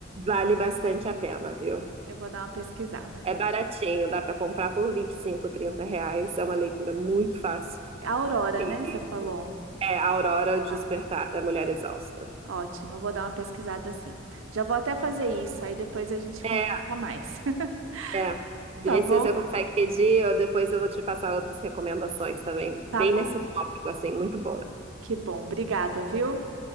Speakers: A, on the right; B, on the right.
A: vale bastante a pena, viu?
B: Eu vou dar uma pesquisada.
A: É baratinho, dá para comprar por 25, 30 reais. É uma leitura muito fácil.
B: É A Aurora,
A: E
B: né? Você falou.
A: é Aurora, o Despertar
B: Tá,
A: da Mulher Exausta.
B: ótimo. Eu vou dar uma pesquisada assim. Já vou até fazer isso, aí depois a gente
A: É,
B: conversa mais. <laughs>
A: é. vê
B: Tá bom?
A: se você consegue pedir, ou depois eu vou te passar outras recomendações também,
B: Tá
A: bem
B: bom.
A: nesse tópico, assim, muito bom.
B: Que bom. Obrigada, viu?